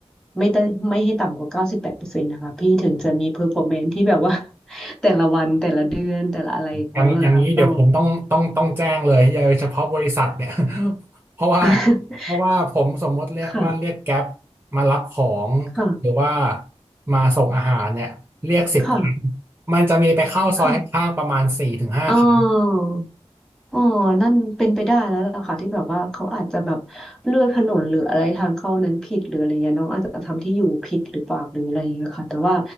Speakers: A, in the centre; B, on the right.
A: ไม่ได้ไม่ให้ต่ำกว่าเก้าสิบแปดเปอร์เซ็นต์นะคะพี่ถึงจะมีเพอร์ฟอร์แมนซ์ที่แบบว่า <laughs> แต่ละวันแต่ละเดือนแต่ละอะไรของเขาเลยค่ะก็
B: อย่างอย่างนี้เดี๋ยวผมต้องต้องต้องแจ้งเลยอย่าเฉพาะบริษัทเนี่ย <laughs> เพราะว่า
A: <laughs>
B: เพราะว่าผมสมมติเรียกว่าเรียกแก๊ป
A: ค่ะ
B: มารับของหรือว่า
A: ค่ะ
B: มาส่งอาหารเนี่ยเรียกสิบครั้ง
A: ค่ะ
B: มันจะมีไปเข้าซอยข้างๆประมาณสี่ถึงห้าครั้ง
A: ค่ะเอออ๋อนั่นเป็นไปได้แล้วล่ะค่ะที่แบบว่าเขาอาจจะแบบเลือกถนนหรืออะไรทางเข้านั้นผิดหรืออะไรเงี้ยน้องอาจจะทำที่อยู่ผิดหรือเปล่าหรืออะไรเงี้ยค่ะแต่ว่า